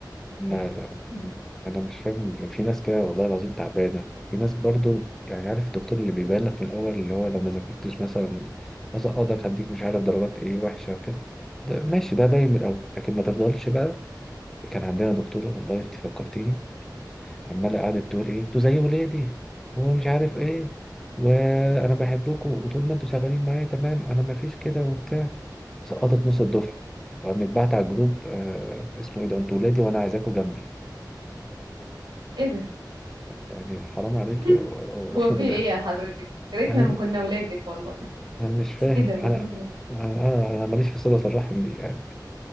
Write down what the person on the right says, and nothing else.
بتتعب
<laughs>
ايه ده
<laughs>
هو في
ايه يا حضرتك يا ريتنا
ما كنا ولادك والله
<laughs> ايه ده مجنونة